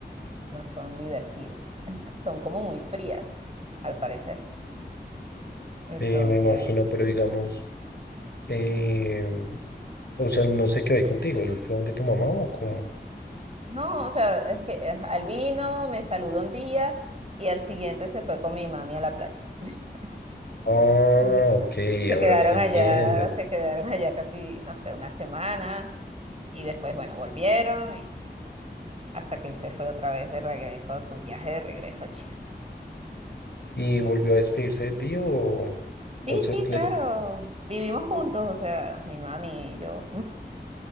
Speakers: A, on the right (about 35°); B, on the left (about 65°).
A: no son divertidas, <laughs> son como muy frías, al parecer. Entonces,
B: Sí, me imagino, pero
A: sí.
B: digamos, eh, o sea, no sé qué hay contigo, ¿él fue donde tu mamá o cómo?
A: No, o sea, es que eh, al vino, me saludó un día y al siguiente se fue con mi mami a la playa. <gasps> Mm.
B: Ah, ok,
A: Y se
B: ahora
A: quedaron
B: sí entiendo.
A: allá, se quedaron allá casi, no sé, una semana y después, bueno, volvieron y hasta que él se fue otra vez de regreso a su viaje de regreso a Chile.
B: ¿Y volvió a despedirse de ti o,
A: Sí,
B: o se,
A: sí,
B: le
A: claro, vivimos juntos, o sea, mi mami y yo.